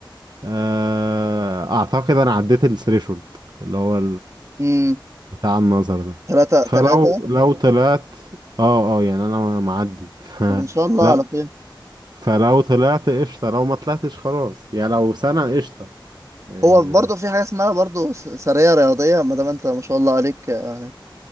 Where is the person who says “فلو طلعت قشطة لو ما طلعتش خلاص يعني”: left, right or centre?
Right